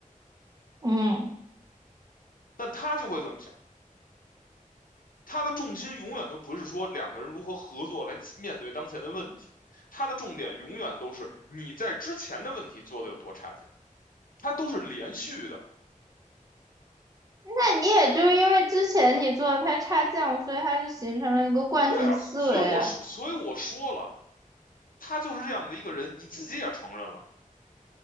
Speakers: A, on the right; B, on the left.
A: 嗯，
B: 但他就会这么想，他的重心永远都不是说两个人如何合作来面对当前的问题，他的重点永远都是你在之前的问题做的有多差劲，他都是连续的。
A: 那你也就是因为之前你做的太差劲，所以他就形成了一个惯性思维啊。
B: 对啊，所以我说，所以我说了，他就是这样的一个人，你自己也承认了，